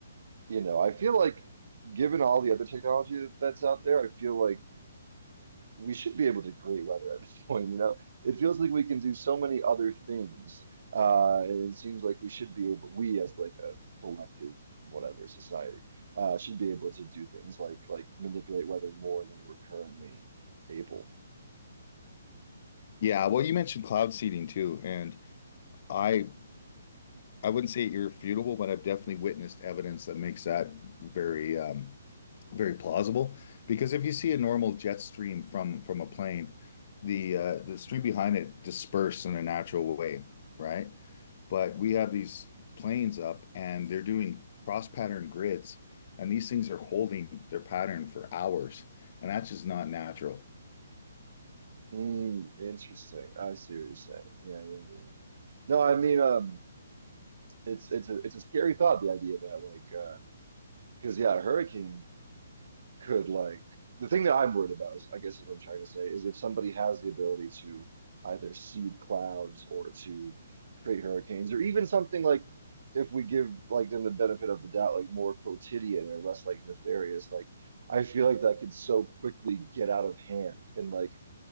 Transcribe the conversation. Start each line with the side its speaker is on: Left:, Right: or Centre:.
Right: you know, I feel like given all the other technology that's out there, I feel like we should be able to create weather at this <laughs> point, you know? It feels like we can do so many other things. Uh, and it seems like we should be able, we as like a collective, whatever society, uh, should be able to do things like like manipulate weather more than we're currently able.
Left: Yeah, well, you mentioned cloud seeding too, and I I wouldn't say irrefutable, but I've definitely witnessed evidence that makes that very um very plausible. Because if you see a normal jet stream from from a plane, the uh the stream behind it disperses in a natural way, right? But we have these planes up, and they're doing cross-pattern grids, and these things are holding their pattern for hours, and that's just not natural.
Right: Mm, interesting. I see what you're saying. Yeah, yeah, yeah. No, I mean, um, it's it's a it's a scary thought, the idea that like, uh, because yeah, a hurricane could like the thing that I'm worried about is, I guess, is what I'm trying to say is if somebody has the ability to either seed clouds or to create hurricanes or even something like if we give like them the benefit of the doubt, like more quotidian or less like nefarious, like I feel like that could so quickly get out of hand and like